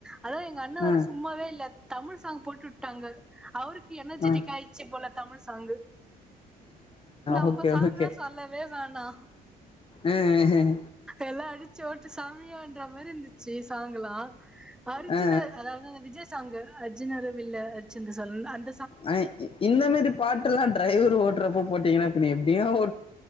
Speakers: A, in the centre; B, on the left.
A: அது எங்க அண்ண வேற
B: ஆ
A: சும்மாவே இல்ல தமிழ் சாங் போட்டு உட்டாங்க அவருக்கு எனர்ஜிட்டிக்
B: ஆ
A: ஆயிர்ச்சு போல தமிழ் சாங்கு நம்ம
B: ஓகே
A: சாங்லா
B: ஓகே
A: சொல்லவே வேணா
B: ஆஹ்
A: எல்லா அடிச்சு ஓட்டு சாமியான்ற மாரி இருந்து ச்சு சாங்குலா அருஜின
B: அ
A: அதா அதாத விஜய் சாங்கு அர்ஜுனரு வில்லு அரிச்சந்திர சொல்லுன் அந்
B: அய் இந்த மாரி பாட்டுல்லா ட்ரைவர் ஓட்றப்ப போட்டீங்கனா பின்ன எப்படிங்க ஓ